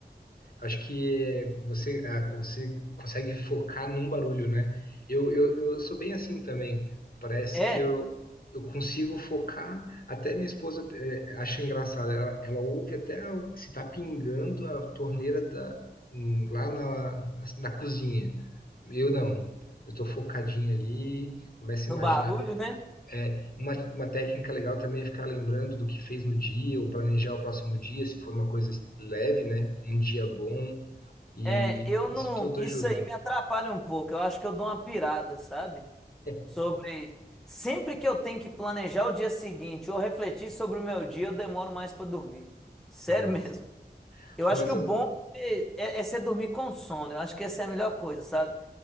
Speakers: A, on the left (about 60°); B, in the centre.
A: Acho que você, ah, você consegue focar num barulho, né? Eu, eu, eu sou bem assim também. Parece
B: É,
A: que eu, eu consigo focar. Até minha esposa eh, acha engraçado. Ela, ela ouve até o- se tá pingando a torneira da, hum, lá na, na, na cozinha. Eu não. Eu tô focadinho ali, começo
B: no
A: a imaginar.
B: barulho, né?
A: É, uma, uma técnica legal também é ficar lembrando do que fez no dia, ou planejar o próximo dia, se for uma coisa leve, né? Um dia bom, e
B: É, eu não.
A: isso tudo
B: Isso
A: ajuda.
B: aí me atrapalha um pouco. Eu acho que eu dou uma pirada, sabe?
A: <laughs>
B: Sobre. Sempre que eu tenho que planejar o dia seguinte ou refletir sobre o meu dia, eu demoro mais pra dormir. Sério
A: Nossa.
B: <laughs> mesmo. Eu
A: Mas
B: acho que o
A: eu.
B: bom é, é é você dormir com sono. Eu acho que essa é a melhor coisa, sabe?